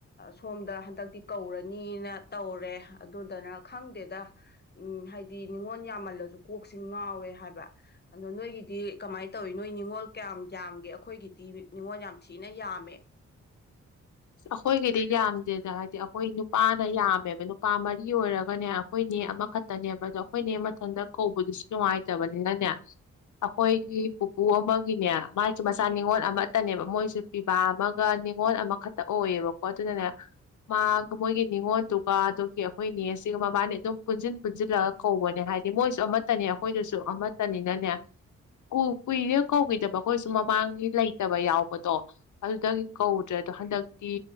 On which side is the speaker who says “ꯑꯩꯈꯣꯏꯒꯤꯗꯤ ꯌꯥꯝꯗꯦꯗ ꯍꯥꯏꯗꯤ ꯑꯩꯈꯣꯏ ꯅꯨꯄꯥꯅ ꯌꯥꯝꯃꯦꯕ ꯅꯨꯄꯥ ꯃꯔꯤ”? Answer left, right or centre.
Left